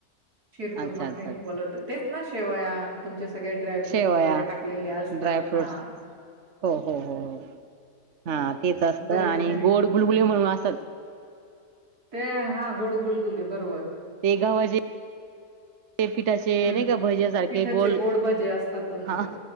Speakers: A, on the right (about 80°); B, on the right (about 55°).
A: शिरकुर्मा
B: अच्छा अच्छा
A: खायला
B: अच्छा.
A: बोलवतात तेच ना शेवया तुमचे सगळे ड्राय फ्रूट्स
B: शेवया
A: वगैरे टाकलेले असतात
B: ड्रायफ्रूट्स
A: हा.
B: हो हो हो हो हा तेच असतं
A: बरेच
B: आणि
A: घरी
B: गोड गुलबुले
A: हं.
B: म्हणून असत
A: ते हा गोड गुडगुले बरोबर
B: ते गावाचे पीठाचे
A: हं.
B: नाही का भज्या सारखे
A: पिठाचे
B: गोल
A: गोड भजे असतात तुमचे.
B: हा